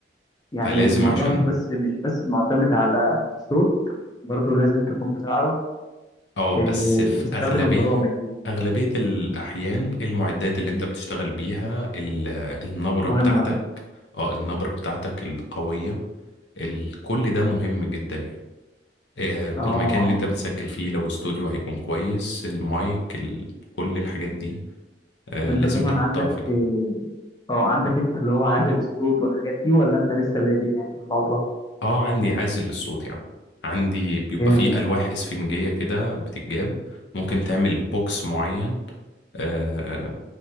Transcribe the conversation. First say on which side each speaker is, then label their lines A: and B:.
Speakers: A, on the left (about 20°); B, on the left (about 80°).
A: يعني
B: فلازم
A: الموضوع
B: عشان
A: مش بس مش بس معتمد على الصوت برضو لازم تكون بتعرف
B: اه
A: إيه
B: بس في
A: تستخدم
B: أغلبية
A: البرامج دي
B: أغلبية الأحيان المعدات اللي أنت بتشتغل بيها ال- النبرة
A: مهمه
B: بتاعتك اه النبرة بتاعتك القوية ال- كل ده مهم جدا يعني آه،
A: اه
B: المكان اللي أنت بتسجل فيه لو استوديو هيكون كويس المايك ال... كل الحاجات دي آه،
A: وانت
B: لازم
A: طبعا
B: تحطها
A: عندك
B: في ال-
A: آه، اه عندك انت اللي هو عازل الصوت والحاجات دي ولا انت لسه بادئ يعني في الموضوع
B: اه عندي عازل للصوت يعني عندي بيبقى
A: جامد
B: فيه ألواح إسفنجية كده بتتجاب ممكن تعمل بوكس معين آه،